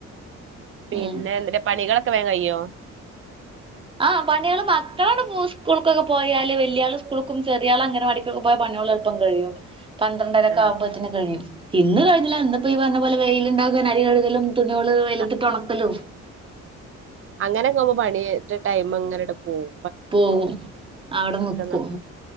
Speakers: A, on the right (about 45°); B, on the right (about 15°).
A: പിന്നെ
B: ഉം
A: എ തിൻ്റെ പണികളൊക്കെ വേഗം കയ്യോ
B: ആഹ് പണികള് മക്കളോട് സ്കൂൾക്കൊക്കെ പോയാല് വലിയാള് സ്കൂൾക്കും ചെറിയാള അംഗനവാടിക്കും പോയ പണികളെ ളുപ്പം കഴിയും പന്ത്രണ്ടരക്കെ
A: ആ
B: ആവുമ്പത്തേന് കഴിയും ഇന്ന് കഴിഞ്ഞില്ല ഇന്നിപ്പോ ഈ പറഞ്ഞ പോലെ വെയിലുണ്ടകാൻ അരി കഴുകലും തുണി ള് വെയിലത്തിട്ട്
A: ആ,
B: ഉണക്ക ലും
A: അങ്ങനെക്കെ കുമ്പോ പണി ടൈം അങ്ങനെൊക്കെ പോകും
B: പോകും അവിടെ നിക്കും
A: ന-